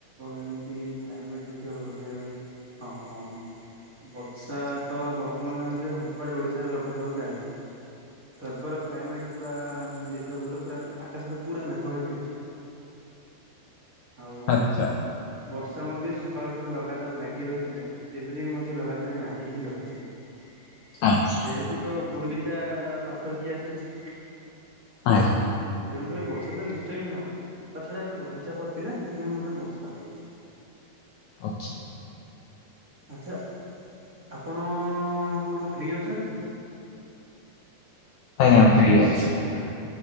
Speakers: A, on the right; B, on the left.
A: ଏମିତି, କ୍ଲାଇମେଟ୍ ଦେଖିବାକୁ ଗଲେ ହଁ। ବର୍ଷା ତ ବର୍ତ୍ତମାନ ଜାଣିଛ ଯେ ସବୁଆଡ଼େ ଓଡ଼ିଶାରେ ଲଘୁଚାପ ଚାଲିଛି । ତେବର କ୍ଲାଇମେଟ୍ ପୁରା ମାନେ ଦେଖିବାକୁ ଗଲେ ପୁରା ହ- ଆକାଶରେ ପୁରା ମେଘ ହେଇକି ଅଛି। ଆଉ
B: ଆଚ୍ଛା
A: ବର୍ଷା ମଧ୍ୟ ସକାଳଠୁରୁ ଲଗାତାର ଲାଗି ରହିଥିଲା। ଏବେ ଯାଏ ମଧ୍ୟ ଲଗାତାର ଲାଗି ହିଁ ରହିଛି ।
B: ଆଚ୍ଛା
A: ଯେହେତୁ ତ ଗୁଣ୍ଡିଚା ପାଖ କିି ଆସୁଚି।
B: ଆଇ
A: ତେଣୁକରି ବର୍ଷା ତ ନିଶ୍ଚୟ ହିଁ ହବ। ତା ଛଡ଼ା ଏବେ ଲଘୁଚାପ ଅଛି ନା ସେଥିପାଇଁ ବୋଧେ ବର୍ଷା ହଉଛି ।
B: ଅଛି।
A: ଆଚ୍ଛା, ଆପଣ କଣ ଫ୍ରି ଅଛନ୍ତି?
B: ଆଜ୍ଞା ଫ୍ରି ଅଛି ।